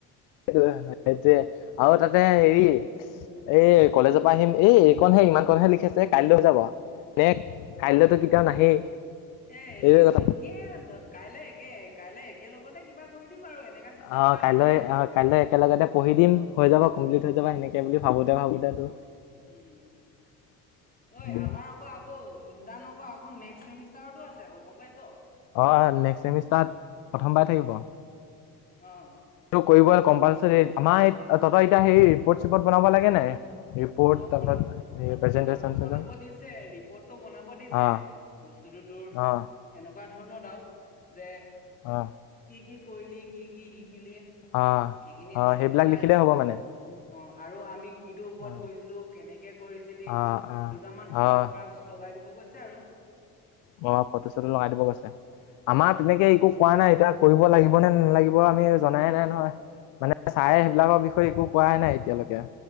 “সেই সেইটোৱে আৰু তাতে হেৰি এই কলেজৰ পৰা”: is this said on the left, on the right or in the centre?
Left